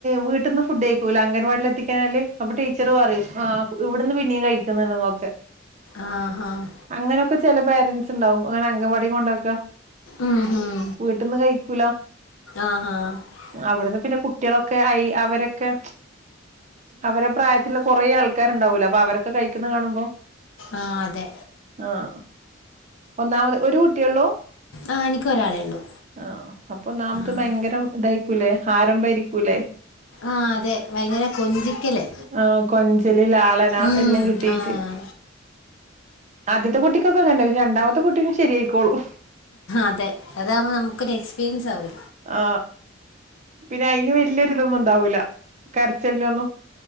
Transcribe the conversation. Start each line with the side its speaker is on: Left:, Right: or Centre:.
Right: വീട്ടീന്ന് ഫുഡ് കക്കൂല അങ്കൻവാടി എത്തികയിന്നല് അപ്പൊ ടീച്ചർ പറയും അ ഇവിടുന്ന് പിന്ന നീ കഴിക്കുന്നന്നൊക്കെ
Left: ആഹ് ആഹ്
Right: അങ്ങനെയൊക്കെ ചെില പേരൻറ്സ് ഉണ്ടാവും അങ്ങനെ അംഗവാടി കൊണ്ടാക്ക
Left: ഉം ഉം
Right: വീട്ടന്ന് കഴിക്കൂല
Left: ആഹ് ആഹ്
Right: അവിടുന്ന് പിന്നെ കുട്ടികളൊക്കെ ആയി അവരൊക്കെ അവരെ പ്രായത്തിലുള്ള കൊറെേ ആൾക്കാര്ണ്ടാവൂല അപ്പൊ അവരൊക്കെ കഴിക്കുന്ന കാണുമ്പോ
Left: ആ അതെ
Right: ആഹ് ഒന്നാമത് ഒരു കുട്ടിയള്ളൂ
Left: ആഹ് എനിക്കൊരാളേ ഉള്ളൂ
Right: ആ അപ്പൊ നാമതേ
Left: ആഹ്
Right: ഭയങ്കരം ഇതായിക്കൂലേ ആരംഭയിരിക്കൂലേ
Left: ആഹ് അതെ ഭയങ്കര കൊഞ്ചിക്കല്
Right: ആ കൊഞ്ചല് ലാളന
Left: ഉം
Right: എല്ലാം കിട്ടീട്ട്
Left: ആഹ്
Right: ആദ്യത്തെ കുട്ടിക്കൊക്കെങ്ങെ രണ്ടാമത്തെ കുട്ടിക്ക്‌ ശരിയയിക്കോള്ളും
Left: അതെ അതാകുമ്പോൾ നമുക്കൊരു എക്സ്പീരിയൻസ് ആവൂ
Right: ആ പിന്നെ അയിന് വലിയൊരി ഇതൊന്നും ഉണ്ടാവൂല്ല കരച്ചലിനൊന്നും